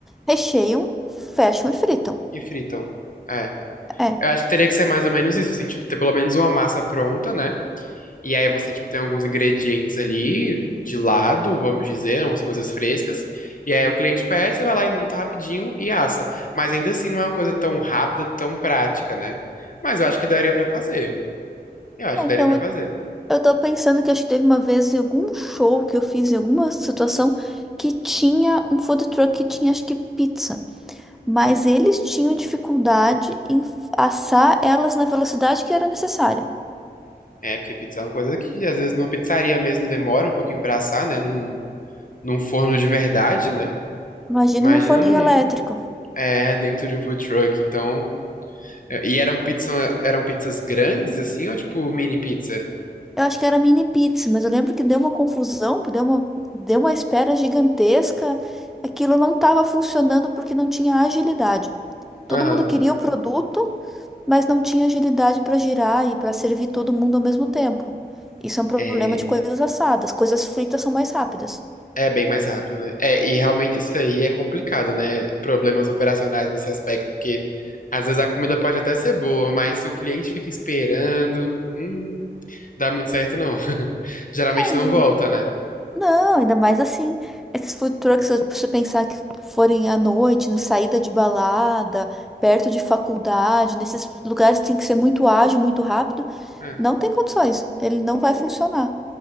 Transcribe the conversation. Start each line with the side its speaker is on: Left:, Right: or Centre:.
Centre: recheiam, fecham e fritam.
Left: E fritam. É.
Centre: É.
Left: Eu acho que teria que ser mais ou menos isso, assim, tipo, ter pelo menos uma massa pronta, né? E aí você, tipo, tem alguns ingredientes ali de lado, vamos dizer, umas coisas frescas. E aí o cliente pede, você vai lá e monta rapidinho e assa. Mas ainda assim não é uma coisa tão rápida, tão prática, né? Mas eu acho que daria pra fazer. Eu acho
Centre: É,
Left: que
Centre: Então,
Left: daria pra fazer.
Centre: Eu tô pensando que acho que teve uma vez em algum show que eu fiz, em alguma situação, que tinha um food truck que tinha, acho que pizza. Mas
Left: Hum.
Centre: eles tinham dificuldade em f- assar elas na velocidade que era necessária.
Left: É, porque pizza é uma coisa que às vezes numa pizzaria mesmo demora um pouquinho pra assar, né? Num, num forno de verdade, né?
Centre: Imagina
Left: Imagina
Centre: num forninho
Left: num,
Centre: elétrico.
Left: é, dentro de um food truck. Então, é, e eram pizza, eram pizzas grandes assim ou tipo mini pizza?
Centre: Eu acho que era mini pizza, mas eu lembro que deu uma confusão, deu uma, deu uma espera gigantesca. Aquilo não estava funcionando porque não tinha agilidade. Todo
Left: Aham.
Centre: mundo queria o produto, mas não tinha agilidade para girar e para servir todo mundo ao mesmo tempo. Isso é um problema
Left: É,
Centre: de coisas assadas. Coisas fritas são mais rápidas.
Left: É bem mais rápido, né? É, e realmente isso aí é complicado, né? Problemas operacionais nesse aspecto, porque às vezes a comida pode até ser boa, mas se o cliente fica esperando, hum, dá muito certo não. <laughs> Geralmente
Centre: Não, ainda,
Left: não volta, né?
Centre: não, ainda mais assim. Esses food trucks, se você pensar que forem à noite, na saída de balada, perto de faculdade, nesses lugares que tem que ser muito ágil, muito rápido,
Left: É.
Centre: não tem condições. Ele não vai funcionar.